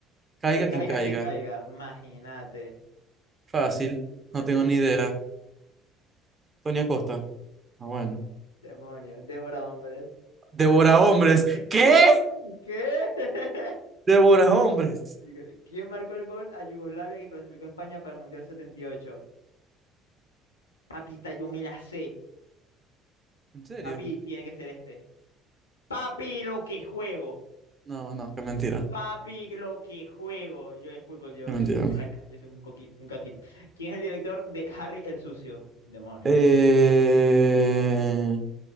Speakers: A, on the right; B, on the left.
A: Caiga
B: De caiga
A: quien caiga.
B: quien caiga, imagínate.
A: Fácil.
B: De que- de María,
A: No tengo
B: de-
A: ni idea. Tonia Costa. Ah, bueno.
B: demonio, Débora, hombre.
A: Devora
B: Yo ya-
A: hombres.
B: <laughs>
A: ¿Qué?
B: ¿Qué? <laughs>
A: Devora hombres.
B: Y que- ¿Quién marcó el gol a Yugoslavia que clasificó a España para el Mundial 78? Papi, esta yo me la sé.
A: ¿En serio?
B: Papi, tiene que ser este. Papi, lo que juego.
A: No, no, qué mentira.
B: Papi, lo que juego. Yo de fútbol, yo,
A: Qué mentira.
B: yo soy un crack, yo soy un coquito, un caquito. ¿Quién es el director de Harry el Sucio? Demonios.
A: Eh...